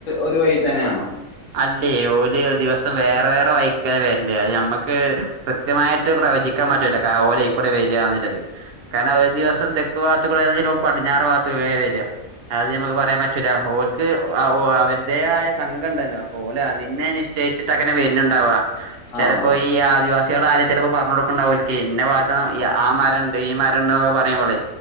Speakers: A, on the left; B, on the right.
A: ഒരു വഴി തന്നെയാണോ?
B: അല്ലേ ഓല് ദിവസം വേറെ വേറെ വൈ ക്ക വെരല് അത് ഞമ്മക്ക് കൃത്യമായിട്ട് പ്രവചി ക്കാൻ പറ്റൂല ഓലെക്കൂടെ വരിയാന്നില്ലത് കാരണം ഒരു ദിവസം തെ ക്കുവാത്തു കൂടെ വരുന്നത് ഓൻ പടിഞ്ഞാറ് വാത്ത്കൂടെയ വര് അത് ഞമുക്ക് പറയാൻ പറ്റൂല ഓർക്ക് അവരുടെ ആയ സം ണ്ടല്ലോ ഓല് അതിനെ നിശ്ചയിച്ചിട്ട് അങ്ങനെ വരുന്നുണ്ടാവാ ചിലപ്പോ
A: ആഹ്
B: ഈ ആദിവാസി സികൾ ആരെലും ചിലപ്പോ പറഞ്ഞഞ് കൊടുക്കണ്ടാവും ഒല്ക്ക് ഇന്ന വാത്ത ആ മരണ്ട് ഈ മരണ്ട് ഒക്കെ പറയുമ്പോളെ